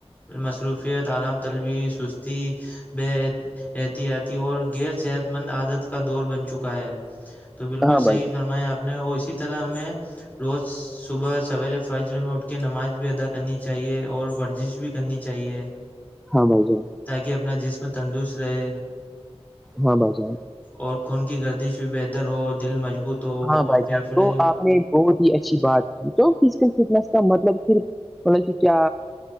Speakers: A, on the left; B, in the centre.
A: مصروفیت عالام طلبی سستی بے احتیاطی اور غیرصحت مند عادت کا دور بن چکا ہے تو بالکل
B: ہاں
A: صحیح
B: بھائی جان
A: فرما آپ نے اور اسی طرح ہمیں روز صبح سویرے فجر میں اٹھ کے نماز بھی ادا کرنی چاہیے اور ورزش بھی کرنی چاہیے
B: ہاں بھائی ج
A: تاکہ اپنا جسم تندرست رہے
B: ہاں ب جا
A: اور خون کی گردش بھی بہتر ہو دل مضبوط ہو
B: بھان
A: اور پھیپھڑے
B: تو آپ نے بہت ہی اچھی بات کی تو فزیکل فٹنیس کا مطلب صف مطب کہ کیا